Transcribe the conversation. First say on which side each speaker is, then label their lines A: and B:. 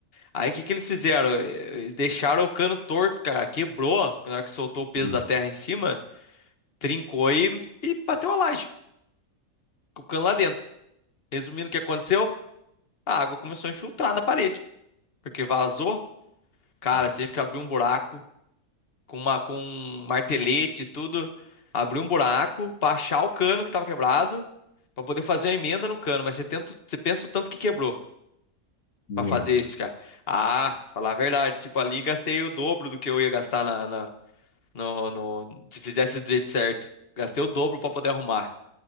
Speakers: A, on the left (about 45°); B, on the left (about 70°).
A: Aí o que que eles fizeram? Eh, Deixaram o cano torto, cara. Quebrou na hora que soltou o peso
B: Meu
A: da terra em cima. Trincou e, e bateu a laje, com o cano lá dentro. Resumindo o que aconteceu, a água começou a infiltrar na parede, porque vazou. Cara,
B: Deus.
A: teve que abrir um buraco com uma com um martelete e tudo, abriu um buraco pra achar o cano que tava quebrado, pra poder fazer uma emenda no cano, mas você tenta, você pensa o tanto que quebrou
B: Meu
A: pra fazer isso, cara. Ah, falar a verdade, tipo ali gastei o dobro do que eu ia gastar na, na- no, no- se fizesse do jeito certo. Gastei o dobro pra poder arrumar.